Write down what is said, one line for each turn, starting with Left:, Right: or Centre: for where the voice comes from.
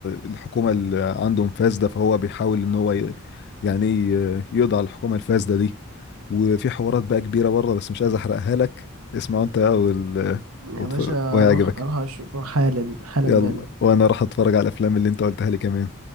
Left: الحكومة اللي عندهم فاسدة فهو بيحاول ان هو ي... يعني ي- يقضي على الحكومة الفاسدة دي وفي حوارات بقى كبيرة بره بس مش عايز احرقها لك اسمع انت بقى وال...
Right: يا
Left: وتف-
Right: باشا
Left: وهيعجبك
Right: اروح اروح اشوفه حالا حالا
Left: يلا
Right: بالا
Left: وانا راح اتفرج على الافلام اللي انت قلتها لي كمان